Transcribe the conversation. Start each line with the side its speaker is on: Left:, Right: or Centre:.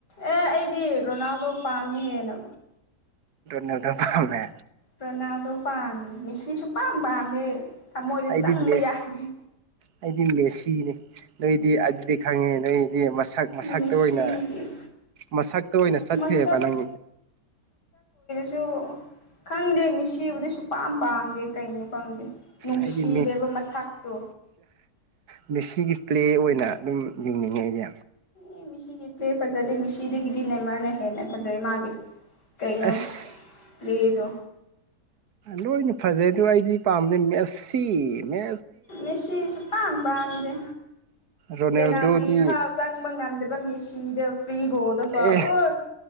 Left: ꯑꯦ ꯑꯩꯗꯤ ꯔꯣꯅꯥꯜꯗꯣ ꯄꯥꯝꯃꯤꯍꯦꯅ
Right: ꯅꯗꯝ ꯐꯝꯃꯦ
Left: ꯄ꯭ꯔꯣꯅꯥꯗꯣ ꯄꯥꯝꯃꯦ ꯃꯤꯁꯤꯡꯁꯨ ꯄꯥꯝ ꯄꯥꯝꯗꯤꯦ ꯊꯃꯣꯏꯗ
Right: ꯑꯩꯗꯤ
Left: ꯆꯪꯕ ꯌꯥꯅꯤꯦ
Right: ꯑꯩꯗꯤ ꯃꯦꯁꯤꯅꯦ ꯑꯗꯨ ꯗꯤ ꯑꯗꯨꯗꯤ ꯈꯪꯉꯦ ꯅꯪꯗꯤ ꯃꯁꯛ ꯃꯁꯛꯇ
Left: ꯃꯤꯁꯤꯗꯤ
Right: ꯑꯣꯏꯅ ꯃꯁꯛꯇ ꯑꯣꯏꯅ ꯆꯠꯊ꯭ꯔꯑꯦꯕ
Left: ꯃꯁꯛ
Right: ꯅꯪ
Left: ꯁꯨ ꯈꯪꯗꯦ ꯃꯤꯁꯤꯕꯨꯗꯤ ꯁꯨ ꯄꯝ ꯄꯥꯝꯗꯦ ꯀꯩꯅꯣ ꯈꯪꯗꯦ ꯅꯨꯡꯁꯤꯕ
Right: ꯑꯩꯗꯤ
Left: ꯃꯁꯇꯣ
Right: ꯃꯦꯁꯤꯒꯤ ꯄ꯭ꯂꯦ ꯑꯣꯏꯅ ꯑꯗꯨꯝ ꯌꯦꯡꯅꯤꯡꯉꯦ ꯑꯩꯗꯤ
Left: ꯑꯦ ꯃꯤꯁꯤꯗꯤ ꯄ꯭ꯂꯦ ꯐꯖꯗꯦ ꯃꯤꯁꯤꯗꯒꯤꯗꯤ ꯅꯦꯃꯔꯅ ꯍꯦꯟꯅ ꯐꯖꯩ ꯃꯥꯒꯤ ꯀꯩꯅꯣ
Right: ꯑꯁ
Left: ꯂꯤꯗꯣ
Right: ꯂꯣꯏꯅ ꯐꯖꯩ ꯑꯗ ꯑꯩꯗꯤ ꯄꯥꯝꯝꯕꯗꯤ ꯃꯦꯠꯁꯤ ꯃꯦ
Left: ꯃꯦꯁꯤꯁꯨ ꯄꯥꯝ ꯄꯥꯝꯗꯦ
Right: ꯔꯣꯅꯦꯜꯗꯣꯗꯤ
Left: ꯄꯦꯅꯥꯜꯇꯤ ꯐꯥ ꯆꯪꯕ ꯉꯝꯗꯕ ꯃꯤꯦꯁꯤ ꯆꯤꯗꯥ ꯐ꯭ꯔꯤꯒꯣ ꯗꯐꯥ
Right: ꯑꯦ
Left: ꯑꯣꯏ